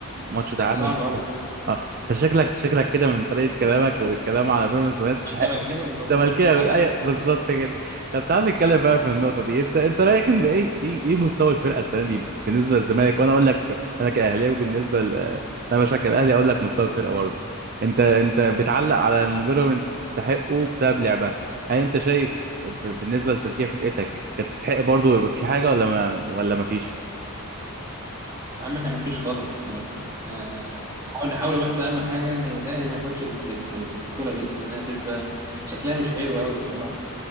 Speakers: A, on the right; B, on the right.
A: ماتش تعادل
B: كانت صعبة
A: وماتش
B: أوي
A: خسر اه انت شكلك شكلك كده من طريقه كلامك وبالكلام على بيراميدز ما تستحق
B: أنا زملكاوي طبعا
A: زملكاوي
B: أه
A: ايوه بالظبط كده طب تعال نتكلم بقى في النقطه دي انت انت رايك ان ايه ايه ايه مستوى الفرقه السنه دي بالنسبه للزمالك وانا اقول لك ب- انا كاهلاوي بالنسبه ل... انا بشجع الاهلي اقول لك مستوى الفرقه برضه انت انت بتعلق على ان بيراميدز تستحقه بسبب لعبها هل انت شايف ب... بالنسبه لتشجيع فرقتك كانت تستحق برضه يبقى في حاجه ولا ما ولا ما فيش؟
B: يا عم احنا ما فيش خالص السنه دي آه، نحاول نحاول بس اهم حاجه الاهلي ما ياخدش الب- البطوله دي لانها تبقى شكلها مش حلو قوي بصراحه